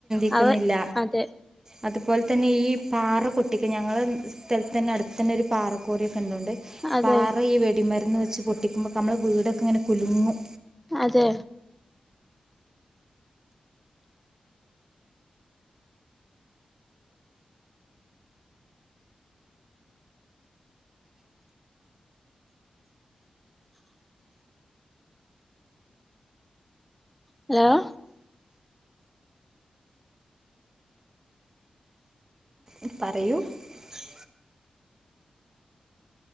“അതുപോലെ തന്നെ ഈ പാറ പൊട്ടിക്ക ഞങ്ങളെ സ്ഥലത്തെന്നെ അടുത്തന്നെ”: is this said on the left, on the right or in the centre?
Right